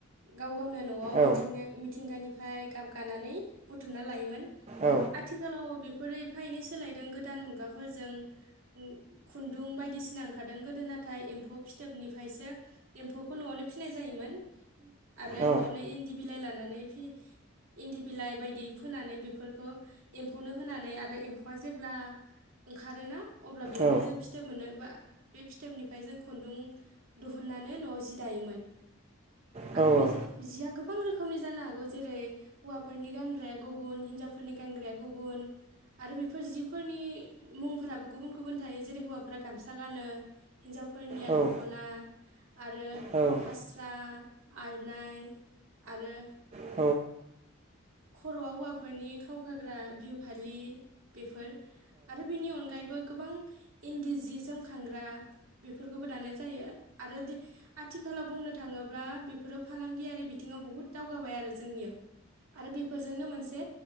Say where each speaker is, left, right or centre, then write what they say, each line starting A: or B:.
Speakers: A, on the right; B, on the right.
A: गाव गावनो नआव मिथिंगा
B: औ
A: मि थिंगानिफ्राय गाब गानानै बुथुमना लायोमोन
B: औ
A: आथिखालाव बेफोरो एफा एनै सोलायदों गोदान मुगा फोरजों खुन्दुं बायदिसिना ओंखारदों गोदो नाथाय एम्फौ फिथोबनिफ्रायसो एम्फौखौ नआवनो फिसिनाय जायोमोन आरो
B: औ
A: नआवनो इन्दि बिलाइ लानानै फि इन्दि बिलाइ बायदि फोनानै बेफोरखौ एम्फौनो होनानै आरो एम्फौआ जेब्ला ओंखारोना अब्ला बिनिफ्राय
B: औ
A: जों फिथोब मोनो बा बे फिथोबनिफ्राय जों खुन्दुं दिहुननानै नआव जि दायोमोन
B: औ
A: आरो बे जिया गोबां रोखोमनि जानो हागौ जेरै हौवाफोरनि गानग्राया गुबुन हिनजावफोरनि गानग्राया गुबुन आरो बेफोर जिफोरनि मुंफोराबो गुबुन गुबुन थायो जेरै हौवाफोरा गामसा गानो हिन्जावफोरनिया
B: औ
A: दखना आरो
B: औ औ
A: फास्रा आरनाइ आरो
B: औ
A: खर'आव हौवाफोरनि खावखाग्रा बिहु फालि बेफोर आरो बेनि अनगायैबो गोबां इन्दि जि जोमखांग्रा बेफोरखौबो दानाय जायो आरो आथिखालाव बुंनो थाङोब्ला बेफोरो फालांगियारि बिथिङाव बहुद दावगाबाय आरो जोंनियाव आरो बेफोरजोंनो मोनसे